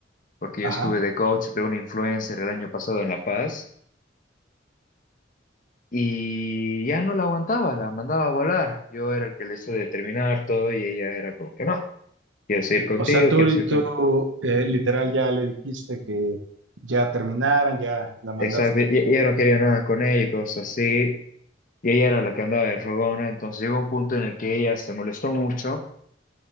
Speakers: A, on the left; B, on the right.
A: porque yo
B: ajá.
A: estuve de coach de un influencer el año pasado en La Paz y ya no la aguantaba, la mandaba a volar. Yo era el que le hice determinar todo y ella era como que no, quiero seguir contigo,
B: O sea, tú,
A: quiero seguir
B: tú
A: contigo.
B: eh, literal ya le dijiste que ya terminaran, ya la mandaste.
A: Exacto, y y ella no quería nada con ella y cosas así, y ella era la que andaba de rogona, entonces llegó un punto en el que ella se molestó mucho